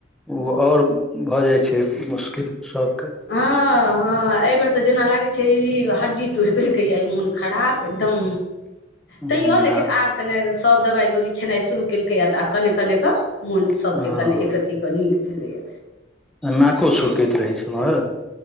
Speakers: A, in the centre; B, on the left (about 80°).
A: ओ आओर भऽ जाय छैय मुश्किल सबके
B: हँ हँ अहि बेर ते जेना लागय छैय ई हड्डी तोड़ि देलकैहे मोन खराब एकदम
A: हूँ
B: तैयो लेकिन
A: आ
B: आब कने सब दवाइ दौरी खेनाय शुरू केलकैये तऽ आब कने कने के मोन
A: हँ
B: सभके कने एक रत्ति क नीक भेलैया
A: नाको सुुरकैत रहै छलो ह